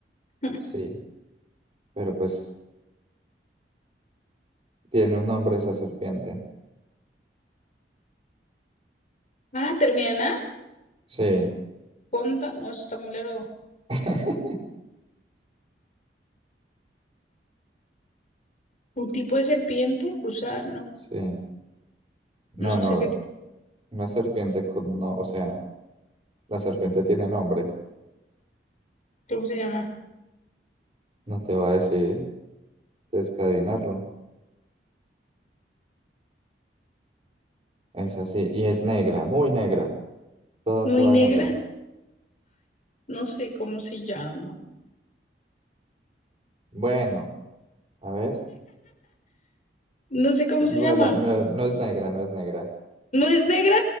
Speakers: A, on the left; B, on the right.
A: <laughs>
B: Sí, pero pues tiene un nombre esa serpiente.
A: Ah, termina en A.
B: Sí,
A: Conda. No, eso está muy largo.
B: <laughs>
A: Un tipo de serpiente, gusano.
B: sí. No,
A: No
B: no,
A: sé qué tipo,
B: una serpiente con no, o sea, la serpiente tiene nombre.
A: cómo se llama.
B: No te va a decir, tienes que adivinarlo. Es así. Y es negra, muy negra. Toda,
A: Muy
B: toda
A: negra.
B: negra.
A: No sé cómo se llama.
B: Bueno, a ver.
A: No sé cómo
B: Bueno,
A: se llama.
B: no, no es negra, no es negra.
A: ¿No es negra?